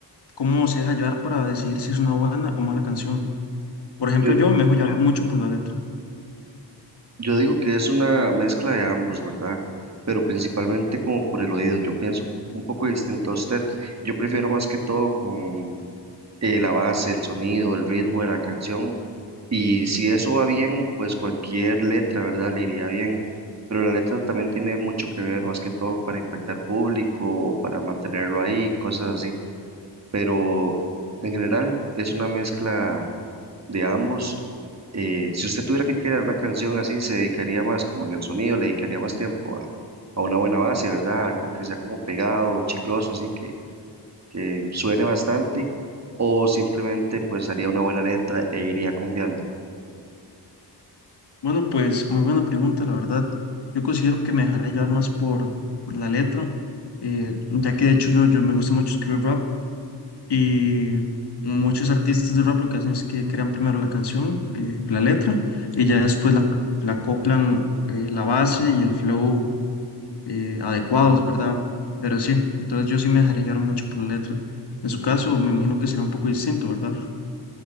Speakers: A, on the left (about 70°); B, on the right (about 40°).
A: ¿Cómo se deja llevar para decidir si es una buena o mala canción? Por ejemplo,
B: Yo,
A: yo me dejo llevar mucho por la letra.
B: yo digo que es una mezcla de ambos, ¿verdad? Pero principalmente como por el oído. Yo pienso un poco distinto a usted. Yo prefiero más que todo con eh, la base, el sonido, el ritmo de la canción. Y si eso va bien, pues cualquier letra, ¿verdad? Le iría bien. Pero la letra también tiene mucho que ver, más que todo para impactar público o para mantenerlo ahí, cosas así. Pero en general es una mezcla de ambos. Eh, si usted tuviera que crear una canción así, se dedicaría más como en el sonido, le dedicaría más tiempo a, a una buena base, ¿verdad? Algo que sea como pegado, chicloso, así que que suene bastante, o simplemente pues haría una buena letra e iría confiando.
A: Bueno, pues muy buena pregunta, la verdad. Yo considero que me dejaré llevar más por, por la letra, eh, ya que de hecho yo, yo me gusta mucho escribir rap y muchos artistas de rap lo que hacen es que crean primero la canción, eh, la letra, y ya después la, la acoplan eh, la base y el flow eh, adecuados, ¿verdad? Pero sí, entonces yo sí me dejaré llevar mucho por la letra. En su caso, me imagino que será un poco distinto, ¿verdad?